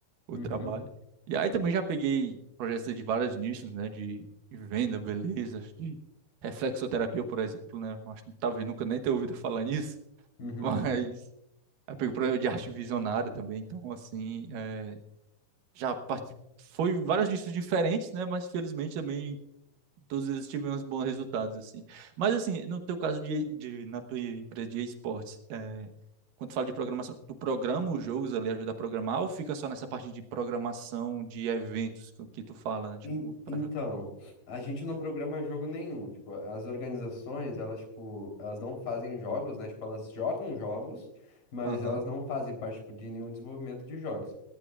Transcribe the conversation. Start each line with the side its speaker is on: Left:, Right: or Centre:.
Right: o
Left: Uhum,
Right: trabalho. E aí também já peguei projetos de vários nichos, né? De, de venda, beleza, de reflexoterapia, por exemplo, né? Acho que talvez nunca nem tenha ouvido falar nisso,
Left: uhum.
Right: <laughs> mas. Eu pego problema de arte visionária também, então assim, é, já parti... foi vários nichos diferentes, né? Mas felizmente também todos eles tivemos bons resultados, assim. Mas assim, no teu caso de, de na tua empresa de esportes, é, quando tu fala de programação, tu programa os jogos ali, ajuda a programar, ou fica só nessa parte de programação de eventos que, que tu fala, né? Tipo,
Left: En-
Right: tu
Left: Então,
Right: ajuda.
Left: a gente não programa jogo nenhum. Tipo, as organizações, elas, tipo, elas não fazem jogos, né? Tipo, elas jogam jogos, mas
Right: Aham.
Left: elas não fazem parte, tipo, de nenhum desenvolvimento de jogos.